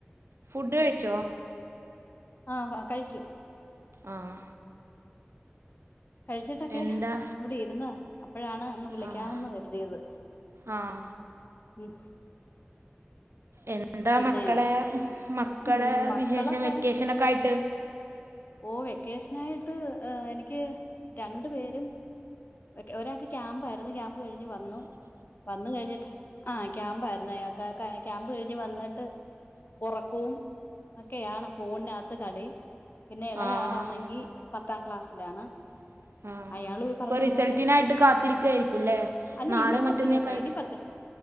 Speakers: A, on the right; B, on the left.
A: ഫുഡ് കഴിച്ചോ
B: ആഹ് കഴിച്ചു
A: ആഹ്
B: കഴിച്ചിട്ടൊക്കെ
A: എന്താ
B: ഇവിടെ ഇരുന്ന് അപ്പഴാണ് ഒന്ന് വിളിക്കാന്ന്
A: ആഹ്
B: കരുതിയത്
A: ആഹ്
B: ഉം
A: എന്താ
B: പിന്നെ
A: മക്കളെ മക്കളെ
B: ഉം മക്കളൊക്കെ
A: വിശേഷം വെക്കേഷനൊക്കെ ആയിട്ട്
B: ഓഹ് വെക്കേഷനായിട്ട് എനിക്ക് രണ്ടു പേരും വെക്ക ഒരാൾക്ക് ക്യാമ്പ് ആരുന്നു ക്യാമ്പ് കഴിഞ്ഞ് വന്നു വന്ന കഴിഞ്ഞിട്ട് ആഹ് ക്യാമ്പായിരുന്നയാക്ക് ക്യാമ്പ് കഴിഞ്ഞ് വന്നിട്ട് ഒറക്കവും ഒക്കെയാണ് ഫോണിനകത്ത് കളി പിന്നെ ഇളയാളാണെങ്കി
A: ആഹ്
B: പത്താം ക്ലാസ്സിലാണ്
A: <unintelligible> ആഹ്
B: അയാള് പറഞ്ഞതുപോലെ
A: പ്പൊ റിസൾട്ടിനായിട്ട് കാത്തിരിക്കയായിരിക്കും അല്ലേ
B: അല്ല
A: നാളെ
B: ഇനി പത്തിലോട്ടാ
A: മറ്റന്നേക്കായിട്ട്
B: ഇനി പത്ത്